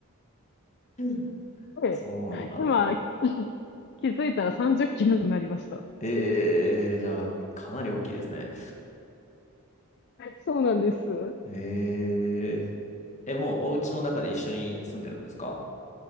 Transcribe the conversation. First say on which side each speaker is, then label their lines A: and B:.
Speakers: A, on the left; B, on the left.
A: <laughs>
B: で、
A: そうなんだ。
B: 今、<laughs> 気づいたら30キロになりました。
A: ええじゃあ、かなり大きいですね。
B: そうなんです。
A: えええ、もうお家の中で一緒に住んでるんですか